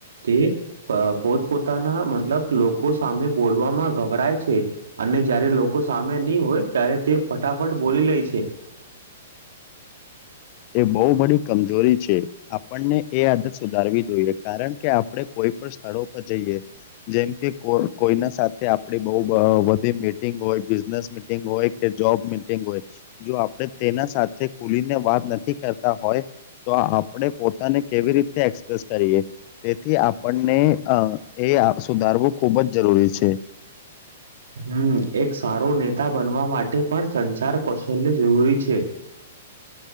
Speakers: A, on the right (about 85°); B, on the left (about 35°).
A: તે પોત- પોતાના મતલબ લોકો સામે બોલવામાં ગભરાય છે, અને જયારે લોકો સામે નહી હોય ત્યારે તે ફટાફટ બોલી લે છે, <unintelligible> <inaudible>
B: એ બહુ બધી કમજોરી છે, આપણને એ આદત સુધારવી જોઈએ, કારણ કે આપણે કોઈ પણ. સ્થળો પર જઈએ. જેમ કે કોઈના સાથે આપડી બઉ વધી મીટિંગ હોય બિઝનેસ મિટિંગ હોય. જોબ મિટિંગ હોય જો આપણે તેના સાથે ખોલીને વાત નથી. હોય તો આપ પોતાને કેવી રીતે એક્સપ્રેસ કરીએ તેથી આપણને એ સુધારવું ખુબ જ જરૂરી છે.
A: હું એક સારો નેતા બનવા માટે માટે પણ સંસાર કૌશલ્ય જરૂરી છે.